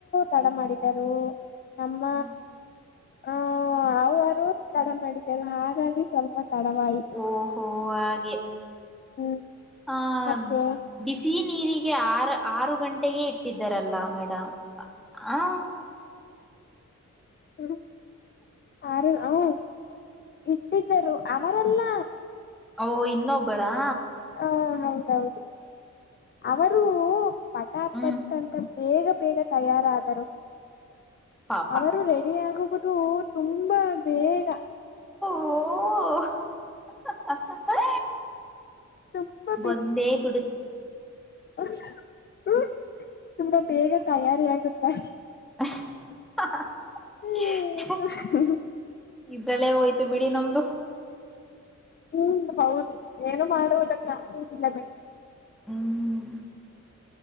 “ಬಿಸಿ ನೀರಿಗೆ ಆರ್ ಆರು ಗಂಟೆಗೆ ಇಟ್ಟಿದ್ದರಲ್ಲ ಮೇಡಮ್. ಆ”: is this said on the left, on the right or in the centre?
Centre